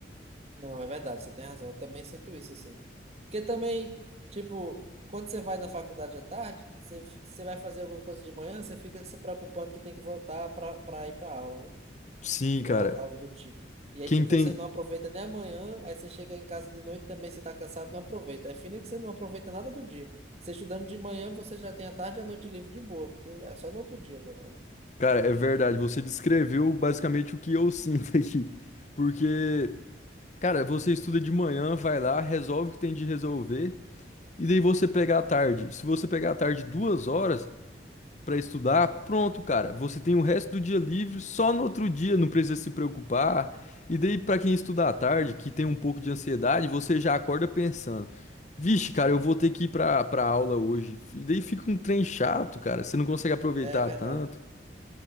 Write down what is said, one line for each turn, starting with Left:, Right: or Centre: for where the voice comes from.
Right: Não, é verdade, você tem razão. Eu também sinto isso, assim. Porque também, tipo, quando você vai na faculdade à tarde, você, você vai fazer alguma coisa de manhã, você fica se preocupando que tem que voltar pra pra ir pra aula, né?
Left: Sim,
Right: Ou
Left: cara.
Right: algo, algo do tipo. E aí,
Left: Quem
Right: tipo,
Left: tem.
Right: você não aproveita nem amanhã, aí você chega em casa de noite também, você tá cansado, não aproveita. É fino que você não aproveita nada do dia. Você estudando de manhã, você já tem a tarde e a noite livre de boa, porque é só no outro dia agora, né?
Left: Cara, é verdade. Você descreveu basicamente o que eu sinto <laughs> aqui. Porque, cara, você estuda de manhã, vai lá, resolve o que tem de resolver. E daí você pegar à tarde. Se você pegar à tarde duas horas para estudar, pronto, cara. Você tem o resto do dia livre, só no outro dia, não precisa se preocupar. E daí, para quem estuda à tarde, que tem um pouco de ansiedade, você já acorda pensando: vixe, cara, eu vou ter que ir pra, pra aula hoje. E daí fica um trem chato, cara. Você não consegue aproveitar
Right: É verdade.
Left: tanto.